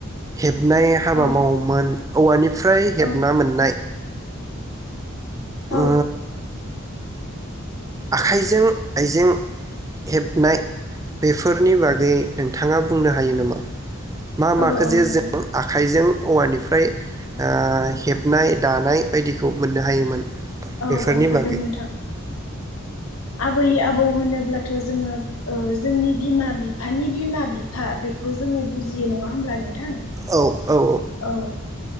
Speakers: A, on the right (about 15°); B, on the left (about 85°).
A: हेबनाय हाबा
B: औ
A: मावोमोन औवानि निफ्राय हेबना
B: औ
A: मोननाय
B: औ
A: ओ आखाइजों आइजें हेबनाय बेफोरनि बागै नोंथाङा बुंनो हायो नामा? मा माखो
B: औ औ
A: जे
B: हागोन
A: जों आखाइजों औवानिफ्राय ओ हेबनाय दानाय बायदिखौ मोननो हायोमोन।
B: औ
A: बेफोरनि
B: औ हागोन
A: बागै
B: नोंथां। आबै आबौ होनोब्लाथ' जोङो ओ जोंनि बिमा बिफ बिफानि बिमा बिफ फा बेखौ जोङो बुजियो नङा होमब्ला नोंथां
A: औ औ
B: औ